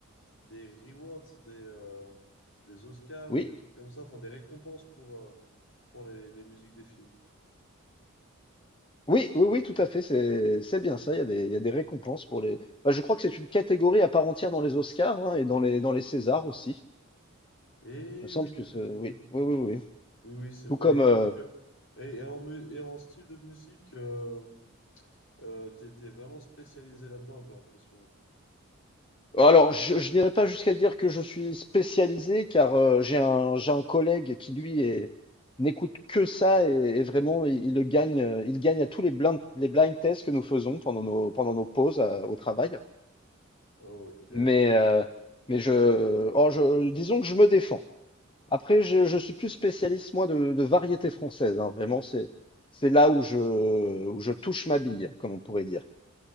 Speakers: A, on the left (about 60°); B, on the left (about 25°).
A: des rewards, des, euh, des Oscars
B: oui,
A: ou des trucs comme ça, enfin des récompenses pour, euh, pour les, les musiques des films.
B: oui, oui, oui, tout à fait. C'est c'est bien ça. Il y a des, il y a des récompenses pour les. Bah, je crois que c'est une catégorie à part entière dans les Oscars hein, et dans les dans les Césars aussi.
A: Et
B: Il me semble
A: oui,
B: que
A: oui, oui,
B: ce... oui,
A: oui, oui,
B: oui, oui, oui.
A: oui, oui, c'est
B: Tout
A: vrai.
B: comme.
A: Et
B: euh,
A: donc, euh, et, et en, mu- et en style de musique, euh, euh, t'es, t'es vraiment spécialisé là-dedans, j'ai l'impression.
B: Alors, je, je n'irai pas jusqu'à dire que je suis spécialisé, car euh, j'ai un j'ai un collègue qui lui est n'écoute que ça et, et vraiment il, il le gagne. euh, Il gagne à tous les blind les blind tests que nous faisons pendant nos pendant nos pauses à- au travail.
A: Ok.
B: Mais, euh, mais je, oh, je, disons que je me défends. Après, je, je suis plus spécialiste, moi, de, de variété française. hein. Vraiment, c'est, c'est là où je, où je touche ma bille, comme on pourrait dire.